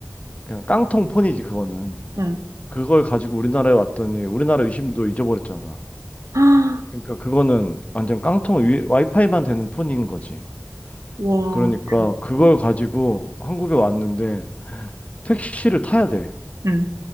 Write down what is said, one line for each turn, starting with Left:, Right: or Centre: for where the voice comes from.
Left: 그냥 깡통 폰이지 그거는.
Right: 응.
Left: 그걸 가지고 우리나라에 왔더니 우리나라 유심도 잊어버렸잖아.
Right: <gasps>
Left: 그러니까 그거는 완전 깡통 위- 와이파이만 되는 폰인 거지.
Right: 와,
Left: 그러니까
Right: 대박이다.
Left: 그걸 가지고 한국에 왔는데 택시를 타야 돼.
Right: 응,